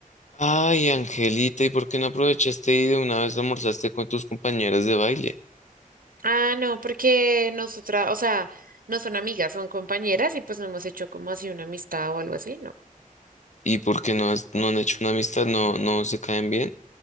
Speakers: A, on the left; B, on the right.
A: Ay, Angelita, ¿y por qué no aprovechaste y de una vez almorzaste con tus compañeras de baile?
B: Ah, no, porque nosotras, o sea, no son amigas, son compañeras y pues no hemos hecho como así una amistad o algo así, ¿no?
A: ¿Y por qué no, has- no han hecho una amistad? ¿No, no se caen bien?